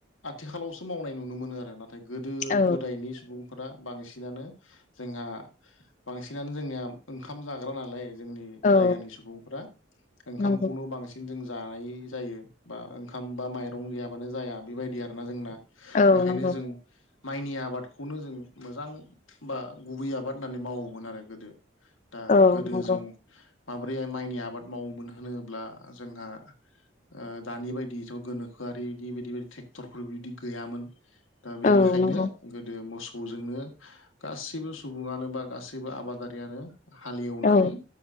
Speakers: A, on the left; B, on the left.
A: आथिखालावसो मावनाय नुनो मोनो आरो नाथाय गोदो
B: औ
A: गोदायनि सुबुं फोरा बांसिनानो जोंहा बांसिनानो जोंनिया ओंखाम जाग्रा नालाय जोंनि
B: औ
A: जायगानि सुबुंफ्रा ओंखामखौनो
B: नंगौ
A: बांसिन जों जायो जायो बा ओंखाम बा माइरं गैयाबानो जाया बेबायदि आरो ना जोंना
B: औ
A: बेखायनो
B: नंगौ
A: जों माइनि आबादखौनो जों मोजां बा गुबै आबाद होननानै मावोमोन आरो गोदो दा
B: औ
A: गोदो
B: नंगौ
A: जों माब्रै माइनि आबाद मावोमोन होनोब्ला जोंहा ओ दानि बायदिथ' गोनोखोआरि बिदि बायदि बायदि ट्रेक्टरफोर बिदि गैयामोन दा बेनिखायनो
B: औ नंगौ
A: गोदो मोसौ जोंनो गासैबो सुबुंङानो बा गासैबो आबादारियानो हालेवनानै
B: औ